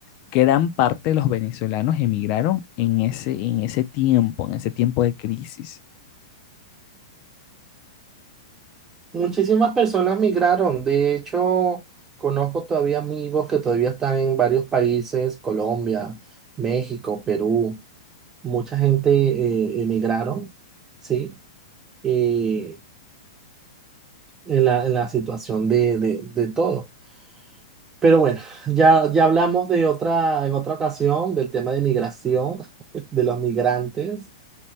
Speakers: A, on the left (about 45°); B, on the right (about 20°).
A: gran parte de los venezolanos emigraron en ese, en ese tiempo, en ese tiempo de crisis.
B: Muchísimas personas migraron, de hecho, conozco todavía amigos que todavía están en varios países, Colombia, México, Perú. mucha gente eh, emigraron, ¿sí? Eh, en la, en la situación de, de, de todo. Pero bueno, <laughs> ya, ya hablamos de otra, en otra ocasión del tema de migración, <laughs> de los migrantes.